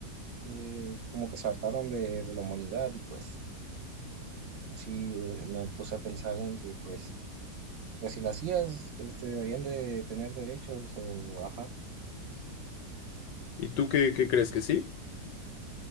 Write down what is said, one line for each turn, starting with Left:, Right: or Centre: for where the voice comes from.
Right: eh, como que se hartaron de, de la humanidad y pues sí, me puse a pensar en que pues pues si lo hacías, este, deberían de tener derechos o, ajá.
Left: ¿Y tú qué, qué crees que sí?